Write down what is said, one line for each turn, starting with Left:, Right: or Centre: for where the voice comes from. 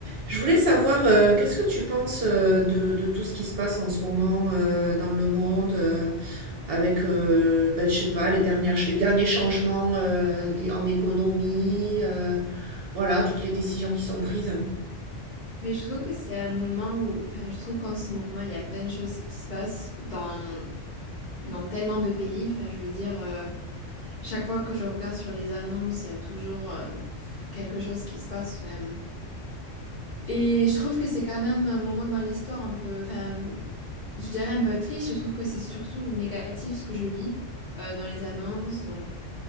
Right: Je voulais savoir, euh, qu'est-ce que tu penses euh, de, de tout ce qui se passe en ce moment euh, dans le monde euh, avec, euh, ben, je sais pas, les dernières, les derniers changements euh, des- en économie, euh, voilà, toutes les décisions qui sont prises.
Left: Mais je trouve que c'est un moment où, enfin, je trouve qu'en ce moment, il y a plein de choses qui se passent dans, dans tellement de pays. Enfin, je veux dire, euh, chaque fois que je regarde sur les annonces, il y a toujours euh, quelque chose qui se passe. Enfin, et je trouve que c'est quand même un moment dans l'histoire un peu, enfin, je dirais un peu triste. Je trouve que c'est surtout négatif ce que je lis euh, dans les annonces. Donc,